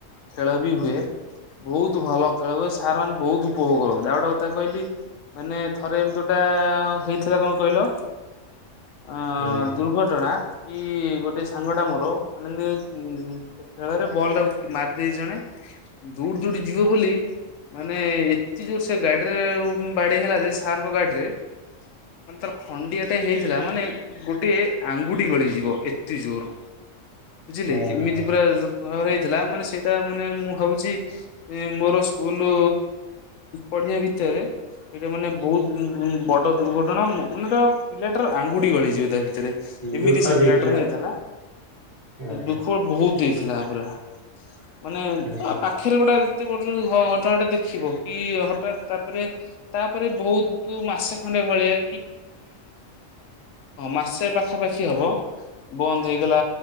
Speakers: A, on the left; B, on the right.
A: ଖେଳ ବି ହୁଏ। ବହୁତ ଭଲ ଖେଳ ହୁଏ ସାର୍ ମାନେ ବହୁତ ଉପଭୋଗ କରନ୍ତି, ଆଉ ଗୋଟେ କଥା କହିଲି। ମାନେ ଥରେ ଏମିତିଟା ହେଇଥିଲା କଣ କହିଲ? ଅ
B: ଆଜ୍ଞା
A: ଦୁର୍ଘଟଣା କି ଗୋଟେ ସାଙ୍ଗ ଟା ମୋର ମାନେ ଖେଳରେ ବଲ୍ ଟା ମାରିଦେଇ ଜଣେ ଦୂର ଦ ଯିବ ବୋଲି ମାନେ ଏତେ ଜୋର ସେ ଗାଡିରେ ବାଡେଇ ହେଲା ଯେ ସାର୍ଙ୍କ ଗାଡିରେ ମାନେ ତାର ଖଣ୍ଡିଆ ଟେ ହେଇଥିଲା ମାନେ ଗୋଟେ ଆଙ୍ଗୁଠି ଗଳିଯିବ ଏତେ ଜୋର ବୁଝିଲେ
B: ହଁ
A: ଏମିତି
B: ହଁ
A: ପୁରା ଖରାରେ ହେଇଥିଲା ମାନେ ସେଇଟା ମାନେ ମୁଁ ଭାବୁଛି ମୋର ସ୍କୁଲ ପଡିଆ ଭିତରେ ଏଇଟା ମାନେ ବହୁତ ବଡ ଦୁର୍ଘଟଣା ମାନୋ ପିଲାଟାର ଆଙ୍ଗୁଡି ଗଳିଯିବ ତା ଭିତରେ ଭରେ ଏମିତି
B: ଦୁଃଖ
A: ସେ
B: ଦେଇଥିଲା
A: ପିଲାଟରେ ହେଇଥିଲା
B: ଓହୋ
A: ଦୁଃଖ ବହୁତ ହେଥିଲା ପୁରା ମାନେ
B: ଓହୋ
A: ଆ ପାଖରେ ଗୋଟେ ଏତେ ବଟ ଘଟଣା ଟା ଦେଖିବ କି ହଠାତ୍ ତାପରେ ତାପରେ ବହୁତ ମାସେ ଖଣ୍ଡେ ଭଳିଆ ମାସେ ପାଖାପାଖି ହବ ବନ୍ଦ ହେଇ ଲା